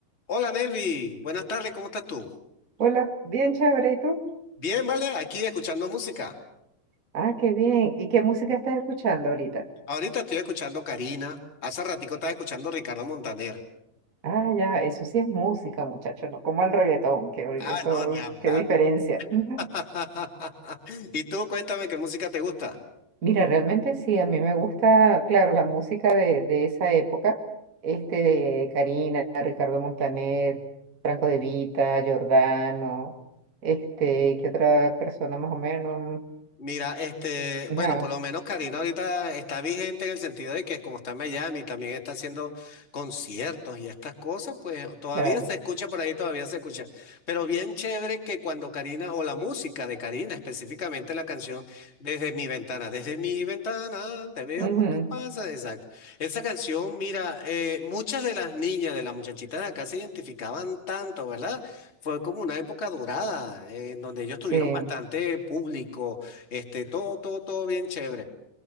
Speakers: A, on the left (about 20°); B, on the right (about 70°).
A: Hola Nelvi, buenas tardes, ¿cómo estás tú?
B: Hola, bien chévere, ¿y tú?
A: Bien, vale, aquí escuchando música.
B: Ah, qué bien. ¿Y qué música estás escuchando ahorita?
A: Ahorita estoy escuchando Karina, hace ratico estaba escuchando Ricardo Montaner.
B: Ah, ya, eso sí es música, muchachos, no como el reggaetón, que hoy-
A: Ah,
B: eso,
A: no, ni hablar.
B: qué diferencia. <laughs>
A: <laughs> ¿Y tú cuéntame qué música te gusta?
B: Mira, realmente sí, a mí me gusta, claro, la música de, de esa época, este de Karina, Ricardo Montaner, Franco De Vita, Giordano, este, ¿qué otra persona más o menos?
A: Mira, este,
B: Ajá,
A: bueno, por lo menos Karina ahorita está vigente en el sentido de que como está en Miami, también está haciendo conciertos y estas cosas, pues todavía
B: claro.
A: se escucha por ahí, todavía se escucha. Pero bien chévere que cuando Karina, o la música de Karina, específicamente la canción Desde mi ventana, desde mi ventana, te veo
B: Ujú,
A: cuando pasa, exacto. Esa canción, mira, eh, muchas de las niñas, de las muchachitas de acá se identificaban tanto, ¿verdad? Fue como una época dorada, eh, en donde ellos tuvieron
B: sí.
A: bastante público este, todo, todo, todo bien chévere.